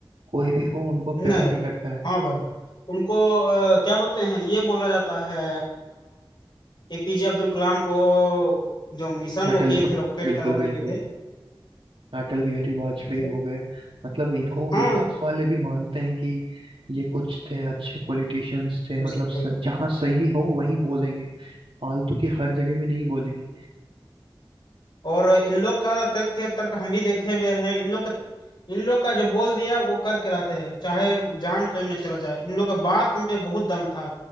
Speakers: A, on the right; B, on the left.
A: कोई भी हो उनको
B: नहीं
A: प्यार
B: भाई
A: ही करता है
B: हाँ भाई उनको अ, क्या बोलते हैं ये बोला जाता है एपीजे अब्दुल कलाम को जो मिशन
A: अटल
B: वो किए थे रॉकेट
A: बिल्कुल
B: का लॉन्च
A: बिल्कुल
B: किए थे
A: अटल बिहारी वाजपेयी
B: तो
A: हो गए मतलब इनको
B: हाँ
A: विपक्ष वाले भी मानते हैं कि ये कुछ थे अच्छे पॉलिटिशियंस थे
B: कुछ
A: मतलब
B: थे
A: स- जहाँ सही हो वहीं बोलेंगे फालतू की हर जगह में नहीं बोलेंगे
B: और इन लोग का तथ्य तर्क हम भी देखे हुए हैं इन लोग का इन लोग का जो बोल दिया वो करके रहते हैं चाहे जान क्यों न चला जाए इन लोग का बात में बहुत दम था